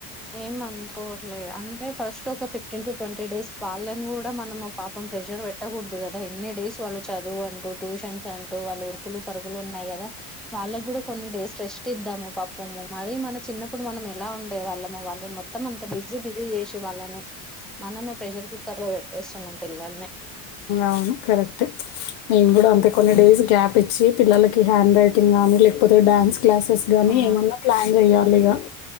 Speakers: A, in the centre; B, on the left.
A: ఏమనుకోవట్లేదు అంటే ఫస్ట్ ఒక ఫిఫ్టీన్ టు ట్వంటీ డేస్ వాళ్ళని కూడా మనం పాపం ప్రెషర్ పెట్ట పెట్టకూడదు కదా ఎన్ని డేస్ వాళ్ళు చదువు అంటూ ట్యూషన్స్ అంటూ వాళ్ళు ఉరుకులు పరుగులు ఉన్నాయి కదా వాళ్ళకి కూడా కొన్ని డేస్ రెస్ట్ ఇద్దాము పాపము మరీ మన చిన్నప్పుడు మనం ఎలా ఉండే వాళ్ళము వాళ్ళని మొత్తం అంత బిజీ బిజీ చేసి వాళ్ళని మనమే ప్రెషర్ కుక్కర్ లో పెట్టేస్తున్నాం పిల్లల్ని
B: అవును కరెక్టే నేను కూడా అంతే కొన్ని డేస్ గ్యాప్ ఇచ్చి పిల్లలకి హ్యాండ్ రైటింగ్ గానీ లేకపోతే డ్యాన్స్ క్లాసెస్ గానీ
A: ఆ
B: ఏమన్నా ప్లాన్ చెయాలి ఇగా